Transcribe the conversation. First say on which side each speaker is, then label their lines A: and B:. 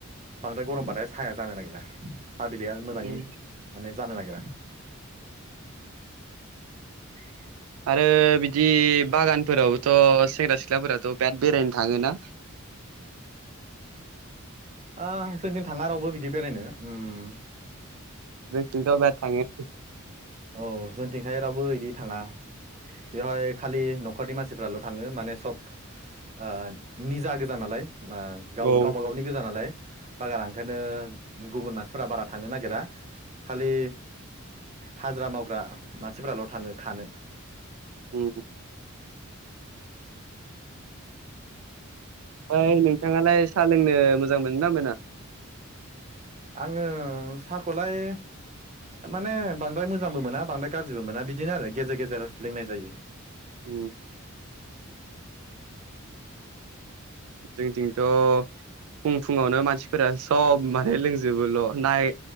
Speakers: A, on the right; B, on the right.
A: बांद्राय गरमबाथाय साया जानो नागिरा। साहा बिलाइया मोजाङै
B: उम।
A: माने जानो नागिरा। <inaudible>
B: आरो बिदि बागानफोरावबोथ' सेंग्रा सिख्लाफोराथ' बिराद बेरायनो थाङोना।
A: आ जोंनिथिं थाङा रावबो बिदि बेरायनो ओम।
B: जोंनिथिं थ' बेराद थांङो।
A: औ जोंथिंहाय रावबो बिदि थाङा। बेवहाय खालि न'खरनि मानसिफ्राल' थाङो माने सब ओ निजा गोजा नालाय ओ गाव
B: औ
A: गावबा गावनि गोजा नालाय बागाना ओंखायनो गुबुन मानसिफोरा्रा बारा थांनो नागिरा। खालि हाजिरा मावग्रा मानसिफोराल' थाङो खानो।
B: उम। ओमफ्राय नोंथाङालाय सा लोंनो मोजां मोनो ना मोना?
A: आङो साहाखौलाय। माने बांद्राय मोजांबो मोना बांद्राय गाज्रिबो मोना बिदिनो आरो गेजेर गेजेर लोंनाय जायो।
B: उ। जोंथिंथ' फुं फुङावनो मानसिफोरा सब माने लोंजोबोल' नाय